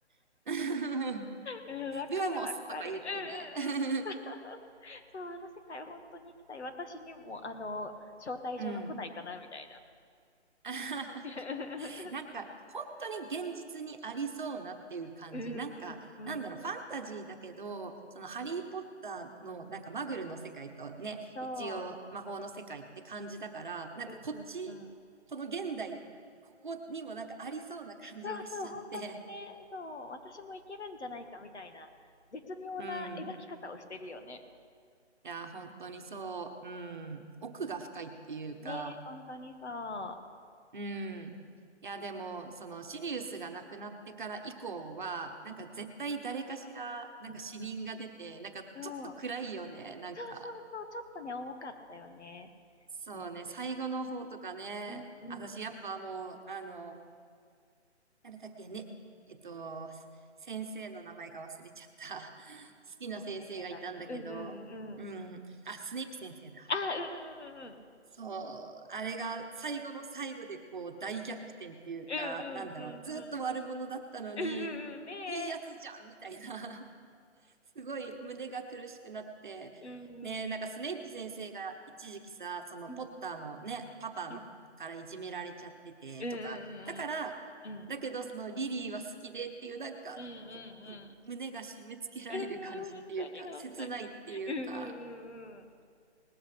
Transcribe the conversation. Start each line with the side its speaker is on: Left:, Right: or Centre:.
Right: <laughs> ル
Left: うん、<laughs> うんわかるわかる。
Right: ーモスとか言ってね。
Left: うんうんうん。
Right: <laughs>
Left: <laughs> そう、あの世界は本当に行きたい。私にも、あの、招待状が来ないかな、
Right: うん。
Left: みたいな。
Right: <laughs>
Left: <laughs>
Right: なんか、本当に現実にありそうなっていう感じ。
Left: うんうんうん。
Right: なんか、なんだろう、ファンタジーだけど、そのハリーポッターのなんかマグルの世界とね、
Left: そう。
Right: 一応魔法の世界って感じだから、なんかこっち、
Left: うんうんうん。
Right: この現代、ここにもなんかありそうな感じがしちゃって。
Left: そうそう、本当にね、そう、私もいけるんじゃないかみたいな、絶妙な描き方をしてるよね。
Right: うん。いや、本当にそう。うん。奥が深いっていうか、
Left: ね、本当にそ
Right: うん。いや、でも、その、シリウスが亡くなってから以降は、なんか絶対誰かしら、
Left: う。
Right: なんか死人が出て、
Left: うんうんうんうん。
Right: なんかちょっと暗いよね、
Left: そう。
Right: なんか。
Left: そうそうそう、ちょっとね、重かったよね。
Right: そうね、
Left: うん
Right: 最後の方とかね、
Left: うんうん。
Right: 私やっぱもう、あの、なんだっけね、えっと、先生の名前が忘れちゃった。<laughs> 好きな先生がいたんだけど、
Left: どう先生だろう。うんうんうんうん。
Right: うん、あ、スネイプ先生だ。
Left: あ、うんうんうんうん。
Right: そう、あれが最後の最後でこう大逆転っていうか、
Left: うんうんうんうん。
Right: なんだろう、ずっと悪者だったのに、
Left: うんうんうん。ねえ。
Right: いいやつじゃんみたいな、<laughs> すごい胸が苦しくなって、
Left: うんうん
Right: ね、なんかスネイプ先生が一時期さ、そのポッターのね、
Left: うんうん。
Right: パパからいじめられちゃっててとか、
Left: うんうんうんうん。うんう
Right: だから、
Left: んうんうん。うん。
Right: だけどそのリリーは好きでっていうなんか、
Left: うんうんう
Right: こう胸が締め付けられる感じっていうか、
Left: ん。うんうん、ほんとにほんとに。
Right: 切ないっていうか、
Left: うんうんうんうん。うんうんに